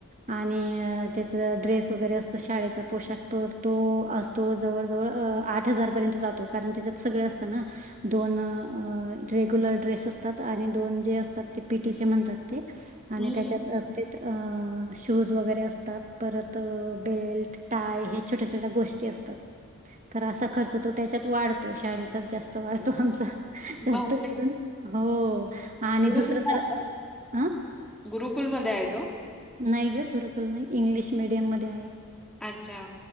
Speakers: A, on the right (about 35°); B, in the centre.
A: आणि त्याच ड्रेस वगैरे असतो शाळेचा पोशाख तर तो अस तो जवळजवळ आठ हजारपर्यंत जातो, कारण त्याच्यात सगळ असतं ना. दोन रेग्युलर ड्रेस असतात आणि दोन जे असतात ते पि टी चे म्हणतात ते आणि
B: हं,
A: त्याच्यात
B: हं, हं.
A: ते शूज वगैरे असतात. परत बेल्ट टाय हे छोट्या छोट्या गोष्टी असतात. तर असा खर्च तो त्याच्यात वाढतो. शाळेचाच जास्त वाढतो आमचा.
B: <unintelligible>
A: जास्त हो आणि
B: गुरुकुलला
A: दुसरं तर
B: आहे का?
A: अ,
B: गुरुकुलमध्ये आहे तो?
A: नाही ग गुरुकुल नाही. इंग्लिश मीडियम मध्ये आहे.
B: अच्छा.